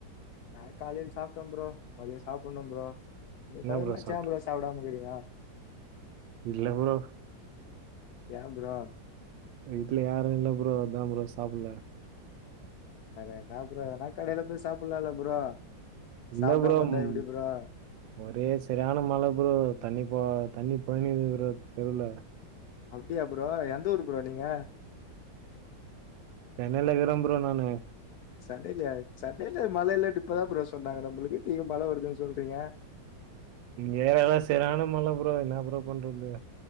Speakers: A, on the left; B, on the right.
A: நா காலில் சாப்ட ப்ரோ மதியோ சாப்புணு ப்ரோ இந்த
B: என்ன
A: டைம்மாச்சா
B: சாப்ட்ட
A: ப்ரோ சாப்டாமக்கிறிங்க
B: இல்ல ப்ரோ
A: எ ப்ரோ
B: வீட்ல யாரு இல்ல ப்ரோ அதா ப்ரோ சாப்புல்ல
A: அட என்னா ப்ரோ எதனா கடையில போய் சாப்புல்லா இல்ல ப்ரோ
B: இல்ல
A: சாப்டாம
B: ப்ரோ
A: இருந்தா
B: ம்
A: எப்டி ப்ரோ
B: ஒரே செரியான மழ ப்ரோ தண்ணி போ தண்ணி போயினுகிது ப்ரோ தெருவுல
A: அப்டியா ப்ரோ எந்த ஊரு ப்ரோ நீங்க
B: சென்னைலகிர ப்ரோ நானு
A: சென்னையில சென்னையில மழ இல்லன் இப்பதா ப்ரோ சொன்னாங்க நம்புளுக்கு நீங்க மழ வருதுன் சொல்றீங்க
B: இங்க ஏரியால்லா செர்யான மழ ப்ரோ என்ன ப்ரோ பண்றது